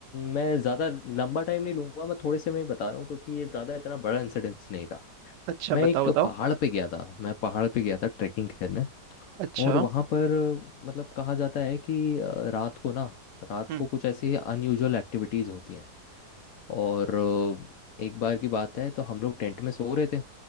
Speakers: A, on the left; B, on the right.
A: मैं ज्यादा लंबा टाइम नहीं लूंगा मैं थोड़े से मैं ही बता रहा हूँ क्योंकि ये ज्यादा इतना बड़ा इंसिडेंस नहीं था
B: अच्छा
A: मैं
B: बताओ
A: एक
B: बताओ
A: पहाड़ पे गया था मैं पहाड़ पे गया था ट्रैकिंग करने
B: अच्छा
A: और वहाँ पर अ, मतलब कहा जाता है कि अ, रात को ना रात
B: हम्म
A: को कुछ ऐसी अनयूजुअल एक्टिविटीज़ होती हैं और अ, एक बार की बात है तो हम लोग टेंट में सो रहे थे